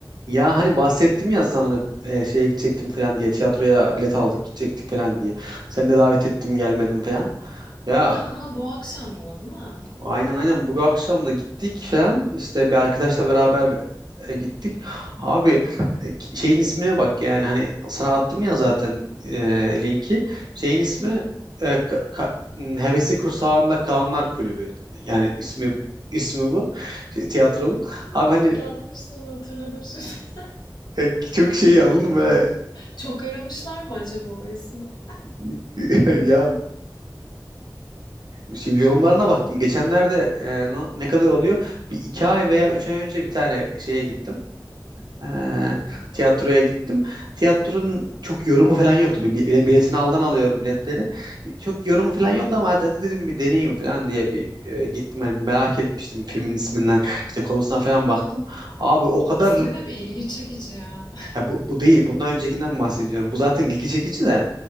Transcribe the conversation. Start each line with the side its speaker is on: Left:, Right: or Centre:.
Right: Ya hani bahsettim ya sana hani, e, şeye gidecektim falan diye tiyatroya bilet aldık gidecektik falan diye. Seni de davet ettim gelmedim falan. Ya
Left: Ha, ama bu akşam da o değil mi?
Right: aynen aynen bu akşam da gittik falan işte bir arkadaşla beraber e, gittik. Abi e, ki- şeyin ismine bak yani hani sana attım ya zaten e, linki. Şeyin ismi
Left: Hı.
Right: e, ka- ka- m, Hevesi Kursağında Kalanlar Kulübü. Yani ismi ismi bu şey, tiyatronun.
Left: Ha,
Right: Abi hani
Left: Dağıtmışsın hatırladım şimdi. <laughs>
Right: e, çok şey anladın mı böyle
Left: Çok aramışlar mı acaba o ismi?
Right: <laughs> Ya bir şey, yorumlarına baktım. Geçenlerde e, no- ne kadar oluyor? Bir iki ay veya üç ay önce bir tane şeye gittim. E, tiyatroya gittim. Tiyatronun çok yorumu falan yoktu. Bir, bir- biletini aldan alıyorum biletleri. Çok yorumu falan yoktu ama hadi, hadi dedim bir deneyeyim falan diye bir e, gittim. Hani bir merak etmiştim filmin isminden. işte konusuna falan baktım. Abi o kadar
Left: İsmi de bir ilgi çekici ya.
Right: Ha, bu, bu değil. Bundan öncekinden bahsediyorum. Bu zaten ilgi çekici de.